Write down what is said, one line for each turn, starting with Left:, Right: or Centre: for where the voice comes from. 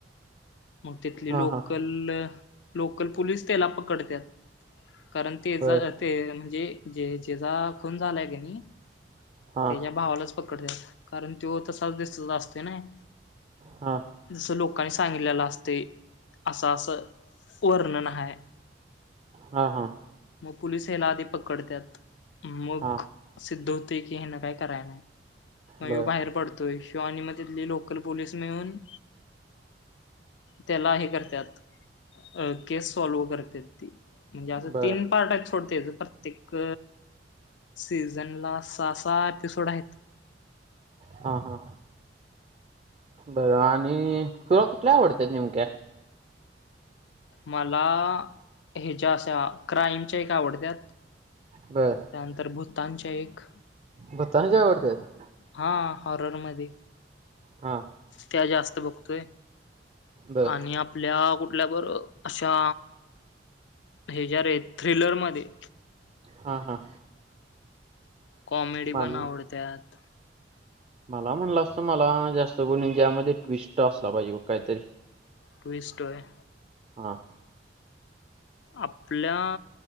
Left: मग तिथली
Right: हा
Left: लोकल,
Right: हा
Left: लोकल पुलीस त्याला पकडतात. कारण तेचा
Right: बर
Left: ते म्हणजे जे जेचा खून झालाय की नाही
Right: हा
Left: तेज्या भावालाच पकडत्यात, कारण त्यो तसाच दिसत असतोय नाही.
Right: हा.
Left: जसं लोकांनी सांगितलेलं असतंय, असं असं वर्णन हाय.
Right: हा, हा.
Left: मग पोलीस हेला आधी पकडत्याण, मग
Right: हा
Left: सिद्ध होतय की हेन काय कराय नाही, मग ह्यो
Right: बर
Left: बाहेर पडतोय. त्यो आणि मग तिथली लोकल पोलीस मिळून त्याला हे करत्यात, अ केस सॉल्व्ह करतेत. ती म्हणजे असं
Right: बर
Left: तीन पार्ट आहेत सोड तेज. एक सीझनला सहा सहा एपिसोड आहेत.
Right: हा, हा. बर आणि तुला कुठल्या आवडत्यात नेमक्या?
Left: मला हेच्या अशा क्राईमच्या एक आवडत्यात.
Right: बरं.
Left: त्यानंतर भूतांच्या एक
Right: भुताच्या आवडत्यात?
Left: हा हॉररमध्ये.
Right: हा
Left: त्या जास्त बघतोय
Right: बर
Left: आणि आप आपल्या कुठल्या बर अशा हेज्या रे थ्रिलरमध्ये.
Right: हा, हा.
Left: कॉमेडी
Right: मला
Left: पण आवडत्यात.
Right: मला म्हणलं अस मला जास्त कोणी ज्यामध्ये ट्विस्ट असला पाहिजे बघ काहीतरी.
Left: ट्वीस्ट होय.
Right: हा.
Left: आपल्या